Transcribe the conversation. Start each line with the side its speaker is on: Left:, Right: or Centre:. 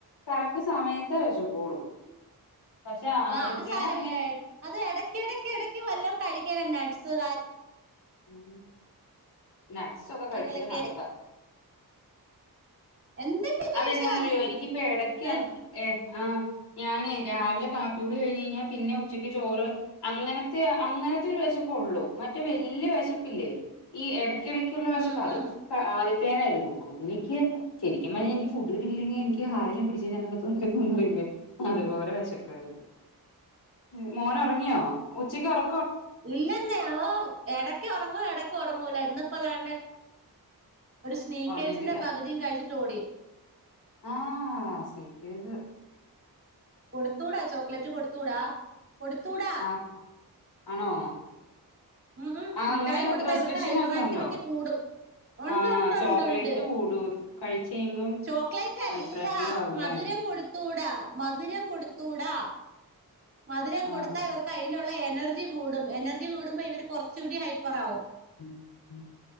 Left: കറക്റ്റ് സമയത്ത് വെശക്കുള്ളൂ. പക്ഷേ
Right: ആഹ്
Left: ആദ്യത്തേയ്ന് അൻ
Right: <unintelligible> അത് എടക്ക ഇടക്ക ഇടക്ക് വല്ലോ കഴിക്കനം നട്സ് കാ
Left: ഉം നട്ട്സൊക്കെ
Right: കാര്യങ്ങളൊക്കെ
Left: കഴിക്കല് കണക്ക
Right: എന്തെങ്കി കയ്ച്ചലി
Left: അതെന്നാന്നറിയോ എനിക്കിപ്പ എടക്ക്
Right: ഹ്
Left: ഏ ആ ഞാനേ രാവിലെ കാപ്പിയൂടി കഴിഞ്ഞഴിഞ്ഞാ പിന്നെ ഉച്ചക്ക് ചോറ് അങ്ങനത്തെ അ അങ്ങനത്തെരു വിശ പുള്ളു മറ്റെ വല്ല്യ വെശ് ശപ്പില്ലേ ഈ എടയ്ക്കിടക്കുള്ള വി
Right: ഉം
Left: ശപ്പ് അത്
Right: ഉം
Left: ക ആദ്യത്തേനായിരുന്നു. അതെനിക്ക് ശരിക്കും പറഞ്ഞാ എനിക്ക് ഫുഡ്കിട്ടിട്ട്ല്ലെങ്കി എനിക്ക് ആരേലും പിടിച് തിന്നാനൊക്കെ തോന്നേ <unintelligible> അത് പോലെ ച്ചക്കുആര്ന്നു ഉം മോനൊറങ്ങിയോ ഉച്ചക്ക് ഒറ
Right: ഇല്ലെന്നേ അവോ എടക്ക് ഉറങ്ങൂ എടക്ക് ഉറങ്ങൂല ഇന്നിപ്പതാണ്ട ഒരു സ്നീക്കേഴ്സിന്റെ
Left: ഒറങ്ങിയിട്ടില്ല
Right: പകുതിയും കഴിച്ചിട്ട് ഓടി
Left: ആഹ് സ്‌നേക്കേസ്സ്
Right: കൊടുത്തൂടാ ചോക്ലേറ്റ് കൊടുത്തൂടാ കൊടുത്തൂടാ
Left: ആ ആണോ
Right: ഉം ഉം
Left: ആ
Right: മിഠായി
Left: അങ്ങനെ
Right: കൊടുത്ത
Left: റെസ്ട്രിക്ഷൻ
Right: ഇവർക്ക് ഹൈപ്പർ
Left: ഒക്കെ
Right: ആക്ടിവിറ്റി
Left: ഉണ്ടോ
Right: കൂടും ഒണ്ട്
Left: ആ
Right: ഒണ്ട്
Left: ചോക്ലേറ്റ്
Right: ഒണ്ട് ഒണ്ട്
Left: കൂടൂ കഴിച്ച് കഴിയുമ്പം
Right: ചോക്ലേറ്റ് അല്ല
Left: ഹൈപ്പർ ആക്റ്റീവ് ആവൂലേ
Right: മധുര കൊടുത്തൂടാ മധുരം കൊടുത്തൂടാ മധുരം കൊടുത്താ
Left: ആഹ്
Right: ഇവർക്ക് അയിനുള്ള എനർജി കൂടും എനർജി കൂടുമ്പോൾ ഇവര് കുറച്ചുകൂടി ഹൈപ്പർ ആവും
Left: ഉം